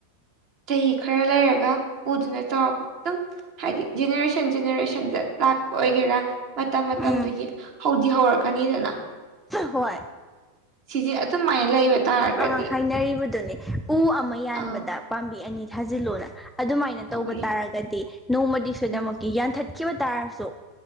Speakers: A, on the right (about 45°); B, in the centre.
A: ꯆꯍꯤ ꯈꯔ ꯂꯩꯔꯒ ꯎꯗꯨꯅ ꯆꯥꯎꯔꯛꯄ ꯑꯗꯨꯝ ꯍꯥꯏꯗꯤ ꯖꯦꯅꯦꯔꯦꯁꯟ ꯖꯦꯅꯦꯔꯦꯁꯟꯗ ꯂꯥꯛꯄ ꯑꯣꯏꯒꯦꯔꯥ ꯃꯇꯝ ꯃꯇꯝꯗꯨꯒꯤ
B: ꯎꯝ
A: ꯍꯧꯗꯤ ꯍꯧꯔꯛꯀꯅꯤꯗꯅ
B: ꯍꯣꯏ
A: ꯁꯤꯁꯦ ꯑꯗꯨꯃꯥꯏꯅ ꯂꯩꯕ ꯇꯥꯔꯒꯗꯤ
B: ꯑ ꯍꯥꯏꯅꯔꯤꯕꯗꯨꯅꯤ ꯎ ꯑꯃ ꯌꯥꯟꯕꯗ
A: ꯑꯥ
B: ꯄꯥꯝꯕꯤ ꯑꯅꯤ ꯊꯥꯖꯤꯜꯂꯣꯅ ꯑꯗꯨꯃꯥꯏꯅ ꯇꯧꯕ
A: ꯑꯩꯈꯣꯏ
B: ꯇꯥꯔꯒꯗꯤ ꯅꯣꯡꯃꯗꯤ ꯁꯣꯏꯗꯃꯛꯀꯤ
A: ꯎꯝ
B: ꯌꯥꯟꯊꯠ ꯆꯠꯈꯤꯕ ꯇꯥꯔꯁꯨ